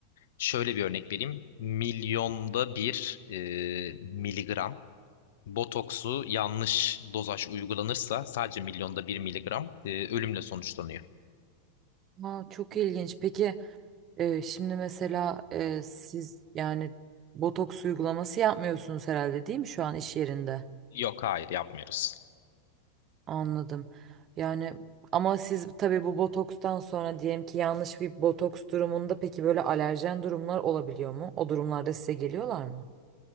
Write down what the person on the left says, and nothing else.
şöyle bir örnek vereyim. Milyonda bir e, miligram botoksu yanlış dozaj uygulanırsa sadece milyonda bir miligram e, ölümle sonuçlanıyor.
Yok hayır yapmıyoruz.